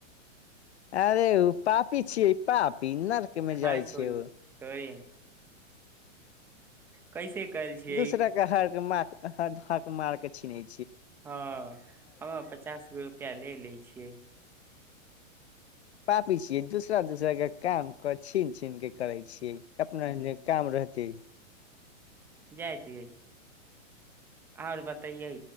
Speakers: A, on the left; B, in the centre.
A: अरे ओ पापी छियै पाप पन् आर केमे
B: हँ
A: जाइ
B: छोड़िय
A: छियै ओ
B: छोड़े कैसे कल छियै
A: दूसरा के हारके माछ ह हक मारके छिनै
B: हँ हम पचास गो रुपैआ ले लै छियै
A: पापी छियै दूसरा दूसरा के काम कर छीन छीन के करे छियै अपना
B: ह
A: ल काम रहतै
B: जाय दियै आओर बतैयै